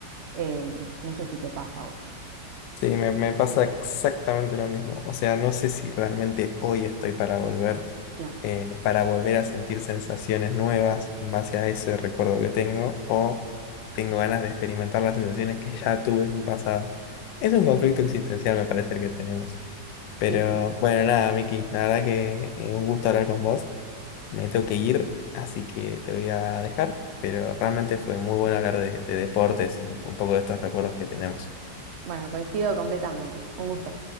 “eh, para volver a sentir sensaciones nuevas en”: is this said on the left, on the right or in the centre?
Left